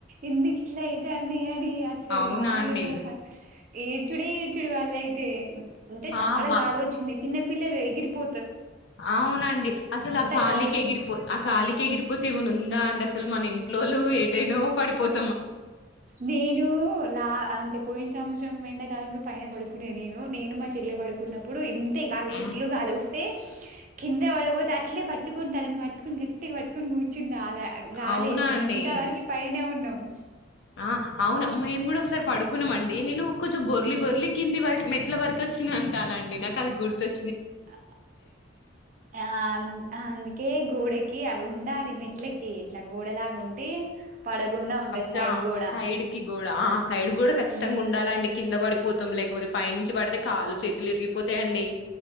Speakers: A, on the right; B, on the left.
A: ఎందుకు ఇట్లా అయితాంది అనీ అసలు
B: అవునా
A: మాములుగా
B: అండి
A: కాదు ఏడ్చుడే ఏడ్చుడు వాళ్ళు అయితే అంటే చాలా
B: ఆ మా
A: గాలి వచ్చింది చిన్న పిల్లలు ఎగిరిపో
B: అవునండి అసలు ఆ గాలికి
A: గాలి
B: ఎగిరిపో ఆ గాలికి ఎగిరిపోతే ఏమన్నా ఉందా అండి అస లు మన ఇంట్లోలు ఏటైనా పడిపోత
A: నేను లా అంటే పోయిన సర్ సంవత్సరం ఎండాకాలంలో పైన పడుకునేను నేను. నేను మా చెల్లె పడుకున్నప్పుడు ఇంత గాలి
B: హ్మ్.
A: ఫుల్లుగా వస్త పోతే కింద పడపోతే అట్లే పట్టుకునాటే తనని పట్టుకుని గట్టిగా పట్టుకొని కూర్చుంట గ గాలి
B: అవునా
A: అయిపే
B: అండి.
A: గంట వరకు పైనే ఉన్నాము
B: ఆ అవునా మేము కూడా ఒకసారి పడుకున్నాంమండి నేను కొంచెం బొర్లి బొర్లి కింది వరకు మెట్ల వరకు వచ్చి అంటానండి నాకు అది గుర్తుొచ్చ
A: అ ఆ ఆన్ అందుకే గోడకి అవి ఉండాలి మెట్లకి ఇట్లా గోడల ఉంటే పడకుండా ఉంటాయి
B: జ
A: సైడ్ గోడ
B: సైడ్ కి గోడ ఆ సైడ్ కూడా ఖచ్చితంగా
A: ఉమ్
B: ఉండాలండి కింద పడిపోతాం లేకపోతే పైనుంచి పడితే కాళ్ళు చేతులు విరిగిపోతాయియండి